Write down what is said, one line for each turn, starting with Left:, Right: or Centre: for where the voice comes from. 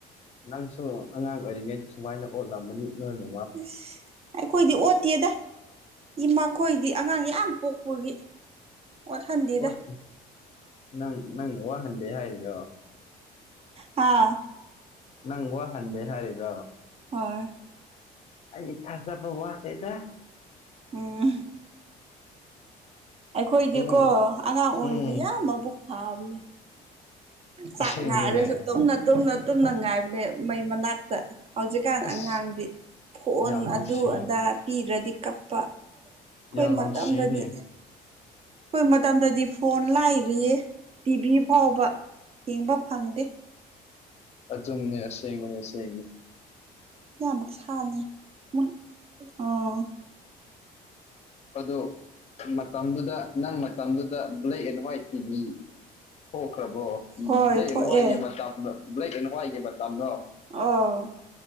Left: ꯅꯪꯁꯨ ꯑꯉꯥꯡ ꯑꯣꯏꯔꯤꯉꯩꯗ ꯁꯨꯃꯥꯏꯅ ꯑꯣꯠꯂꯝꯃꯅꯤ ꯅꯣꯏꯅ
Right: ꯑꯁ ꯑꯩꯈꯣꯏꯗꯤ ꯑꯣꯠꯇꯦꯗ ꯏꯃꯥꯈꯣꯏꯗꯤ ꯑꯉꯥꯡ ꯌꯥꯝ ꯄꯣꯛꯄꯒꯤ ꯑꯣꯠꯍꯟꯗꯦꯗ
Left: ꯑꯣꯇꯦ ꯅꯪ ꯅꯪꯅ ꯋꯥꯍꯟꯗ꯭ꯔꯦ ꯍꯥꯏꯔꯤꯔꯣ?
Right: ꯍꯥꯥ
Left: ꯅꯪ ꯋꯥꯍꯟꯗꯦ ꯍꯥꯏꯔꯤꯕ꯭ꯔꯣ
Right: ꯍꯣꯏ
Left: ꯑꯩ ꯊꯥꯖꯕ ꯋꯥꯠꯂꯤꯗ
Right: ꯎꯝ ꯑꯩꯈꯣꯏꯗꯤꯀꯣ
Left: ꯑꯉꯥꯡ
Right: ꯑꯉꯥꯡ ꯑꯣꯏꯔꯤꯗ
Left: ꯎꯝ
Right: ꯌꯥꯝ ꯃꯕꯨꯛ ꯐꯥꯕꯅꯦ ꯆꯥꯛ
Left: ꯑꯁꯦꯡꯕ꯭ꯔꯅꯦ
Right: ꯉꯥꯏꯔꯁꯨ ꯇꯨꯝꯅ ꯇꯨꯝꯅ ꯇꯨꯝꯒ ꯉꯥꯏꯕꯅꯦ ꯃꯩ ꯃꯅꯥꯛꯇ ꯍꯧꯖꯤꯛꯀꯥꯟ
Left: ꯑꯁ
Right: ꯑꯉꯥꯡꯗꯤ ꯐꯣꯟ
Left: ꯌꯥꯝ ꯅꯨꯡꯁꯤ
Right: ꯑꯗꯨ ꯑꯗꯥ ꯄꯤꯗ꯭ꯔꯗꯤ ꯀꯞꯄ ꯈꯣꯏ
Left: ꯌꯥꯝ
Right: ꯃꯇꯝꯗꯗꯤ
Left: ꯅꯨꯡꯁꯤꯅꯦ
Right: ꯑꯈꯣꯏ ꯃꯇꯝꯗꯗꯤ ꯐꯣꯟ ꯂꯥꯏꯔꯤꯌꯦ ꯇꯤꯚꯤ ꯐꯥꯎꯕ ꯌꯦꯡꯕ ꯐꯪꯗꯦ
Left: ꯑꯆꯨꯝꯕꯅꯦ ꯑꯁꯦꯡꯕꯅꯤ ꯑꯁꯦꯡꯕꯅꯤ
Right: <unintelligible>
Left: ꯑꯗꯣ ꯃꯇꯝꯗꯨꯗ ꯅꯪ ꯃꯇꯝꯗꯨꯗ ꯕ꯭ꯂꯦꯛ ꯑꯦꯟ ꯍ꯭ꯋꯥꯏꯠ ꯇꯤꯕꯤ ꯊꯣꯛꯈ꯭ꯔꯕꯣ
Right: ꯍꯣꯏ
Left: ꯕ꯭ꯂꯦꯛ ꯑꯦꯟ
Right: ꯊꯣꯛꯑꯦ
Left: ꯍ꯭ꯋꯥꯏꯠꯒꯤ ꯃꯇꯝ ꯕ꯭ꯂꯦꯛ ꯑꯦꯟ ꯍ꯭ꯋꯥꯏꯠꯒꯤ ꯃꯇꯝꯂꯣ
Right: ꯑꯥꯎ